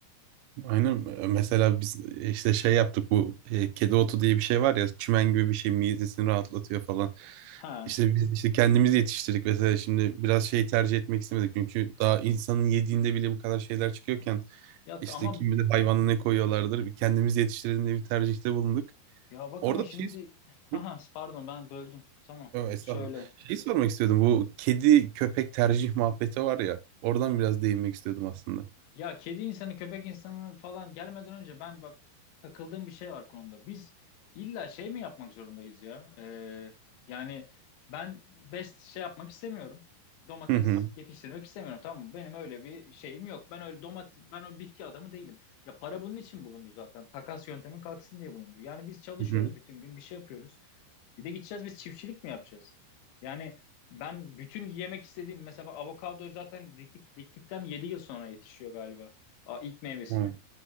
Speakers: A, on the right; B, on the left.
A: Aynen mesela biz işte şey yaptık bu e, kedi otu diye bir şey var ya çimen gibi bir şey midesini rahatlatıyor falan.
B: Ha.
A: İşte biz işte kendimiz yetiştirdik mesela şimdi biraz şey tercih etmek istemedik çünkü daha insanın yediğinde bile bu kadar şeyler çıkıyorken
B: Ya
A: işte
B: t- ama
A: kim bilir hayvana ne koyuyorlardır kendimiz yetiştirelim diye bir tercihte bulunduk.
B: ya bak
A: Orada
B: ama şimdi
A: şeyi,
B: Aha,
A: Hı?
B: pardon ben böldüm. Tamam.
A: Yo, estağfurullah.
B: Söyle.
A: Şeyi sormak istiyordum bu kedi köpek tercih muhabbeti var ya oradan biraz değinmek istiyordum aslında.
B: Ya kedi insanı, köpek insanı falan gelmeden önce ben bak takıldığım bir şey var konuda. Biz illa şey mi yapmak zorundayız ya? Ee, yani ben best şey yapmak istemiyorum. Domates
A: Hı hı.
B: yetiştirmek istemiyorum tamam mı? Benim öyle bir şeyim yok. Ben öyle domates ben o bitki adamı değilim. Ya para bunun için bulundu zaten. Takas yöntemi kalksın diye bulundu. Yani biz çalışıyoruz
A: Hı hı.
B: bütün gün bir şey yapıyoruz. Bir de gideceğiz biz çiftçilik mi yapacağız? Yani ben bütün yemek istediğim mesela avokado zaten diktik, diktikten 7 yıl sonra yetişiyor galiba Aa, ilk meyvesini.
A: Hı.